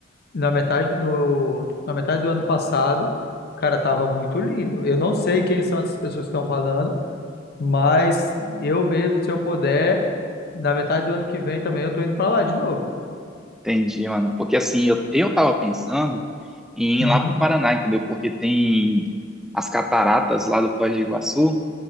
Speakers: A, on the left; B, in the centre.
A: na metade, no, na metade do ano passado. Cara, tava muito lindo. Eu não sei quem são essas pessoas que estão falando, mas eu mesmo, se eu puder, na metade do ano que vem também eu tô indo pra lá de novo.
B: Entendi, mano. Porque assim, eu, eu tava pensando em
A: Uhum,
B: ir lá pro Paraná, entendeu? Porque tem as cataratas lá do Foz do Iguaçu.